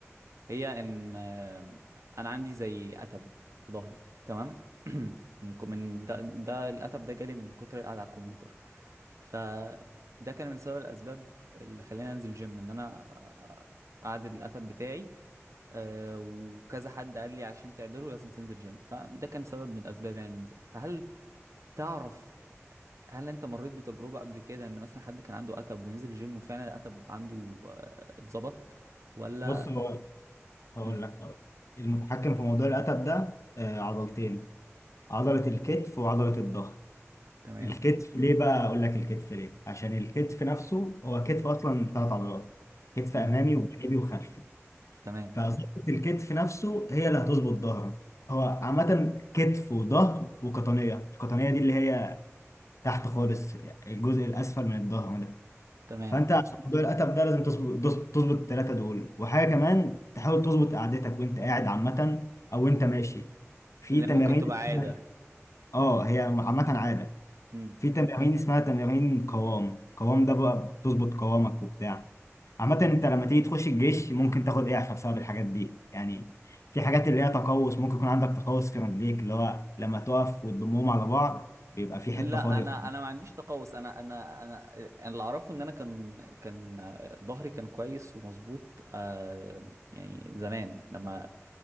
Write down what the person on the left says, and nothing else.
بص هو هقول
لك هقول لك. المتحكم في موضوع الاتب ده آه، عضلتين عضله الكتف وعضله الظهر
الكتف ليه بقى اقول لك الكتف ليه عشان الكتف نفسه هو كتف اصلا ثلاث عضلات كتف
امامي وجانبي وخلفي
فظبطة الكتف نفسه هي اللي هتظبط ظهرك هو عامة كتف وظهر وقطنية القطنية دي اللي هي تحت خالص الجزء الأسفل من الظهر ده
فأنت عشان موضوع القتب ده لازم تظبط تظبط التلاتة دول وحاجة كمان تحاول تظبط قعدتك وأنت قاعد عامة أو أنت ماشي في
تمارين
اسمها-
اه هي عامة عادة
في تمارين اسمها تمارين قوام قوام ده بقى بتظبط قوامك وبتاع عامة انت لما تيجي تخش الجيش ممكن تاخد اعفاء بسبب الحاجات دي يعني في حاجات اللي هي تقوس ممكن يكون عندك تقوس في رجليك اللي هو لما تقف وتضمهم على بعض بيبقى في
حتة فاضية